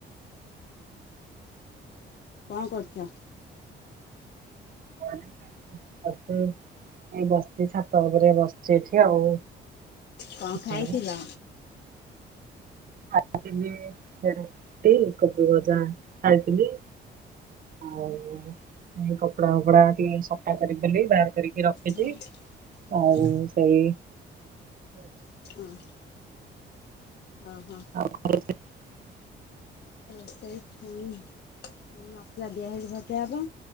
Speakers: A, on the left (about 55°); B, on the right (about 45°).
A: କଣ କରୁଚ?
B: <unintelligible> ଏତେ ଏଇ ବସିଚି ଛାତ ଉପରେ ବସିଚି ଏଠି ଆଉ।
A: କଣ
B: କିଛି
A: ଖାଇଥିଲ?
B: ନାହିଁ ଖାଇଥିଲି ରୁଟି, କୋବି ଭଜା ଖାଇଥିଲି। ଆଉ ଏଇ କପଡା ଫପଡା ଟିକେ ସଫା କରିବି ବୋଲି ବାହାର କରିକି ରଖିଚି।
A: ହଁ
B: ଆଉ
A: ହଁ
B: ସେଇ
A: ହଁ ଅଁ ଅଁ ହ
B: <unintelligible>
A: ରୋଷେଇ ଛୁଇଁ ଛୁ ମସଲା ଦିଆହେଇକି ଭଜା ହେବ,